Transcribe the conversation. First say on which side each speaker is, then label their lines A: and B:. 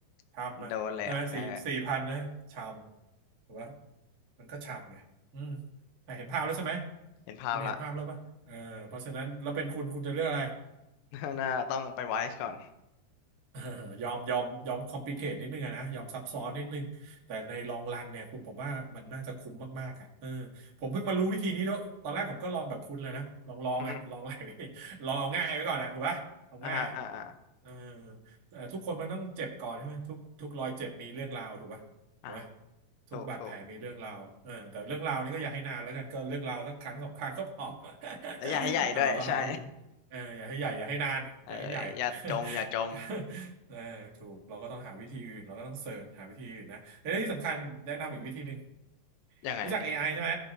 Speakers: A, on the left (about 75°); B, on the right (about 70°).
A: ๆโดนเลยอ่ะเออ
B: ชามอ่ะใช่ไหมสี่สี่พันนะชามถูกปะมันก็ชามไงอืมอ่ะเห็นภาพแล้วใช่ไหม
A: เห็นภาพละ
B: คุณเห็นภาพแล้วป่ะเออเพราะฉะนั้นเราเป็นคุณคุณจะเลือกอะไร
A: <laughs> น่าต้องไปไวซ์ก่อน
B: <laughs> เออยอมยอมยอมคอมพลิเคทนิดนึงอะนะยอมซับซ้อนนิดนึงแต่ในลองรันเนี่ยคุณผมว่ามันน่าจะคุ้มมากๆอ่ะเออผมเพิ่งมารู้วิธีนี้ด้วยตอนแรกผมก็ลองแบบคุณเลยนะลองลองอ่ะลอง
A: อืม
B: <laughs> หลายวิ <laughs> ลองเอาง่ายไว้ก่อนนะถูกป่ะเอาง่ายอ่ะ
A: อ่าฮะอ่าอ่า
B: เออเออทุกคนมันต้องเจ็บก่อนใช่ไหมทุกทุกรอยเจ็บมีเรื่องราวถูกป่ะถูกป่ะ
A: อ่า
B: ทุกบาดแผลมีเรื่องราวเออแต่เรื่องราวนี้ก็อย่าให้นานแล้วกันก็เรื่องราวสักครั้งสองครั้งก็พอ
A: ถูกถูก
B: <laughs>
A: แล้วอย่าให้ใหญ่ด้วยใช่
B: อ่ะเราก็หาวิธีเอออย่าให้ใหญ่อย่าให้นานอย่าให้ใหญ่
A: <laughs> เอออย่าจมอย่าจม
B: <laughs> <laughs> เออถูกเราก็ต้องหาวิธีอื่นเราก็ต้องเสิร์ชหาวิธีอื่นนะและที่สำคัญแนะนำอีกวิธีหนึ่ง
A: ยังไงพี่
B: รู้จัก AI ใช่ไหม